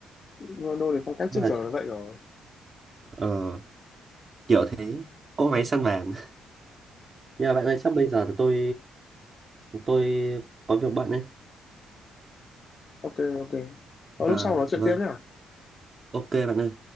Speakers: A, on the left; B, on the right.
A: Ronaldo thì phong cách
B: bây
A: trước
B: giờ
A: giờ
B: chắc-
A: là vậy rồi
B: ờ, kiểu thế cỗ máy săn bàn <laughs> nhưng mà bạn ơi chắc bây giờ là tôi tôi có việc bận ấy
A: ok ok Ờ,
B: là
A: lúc sau nói chuyện
B: vâng
A: tiếp nhá
B: ok bạn ơi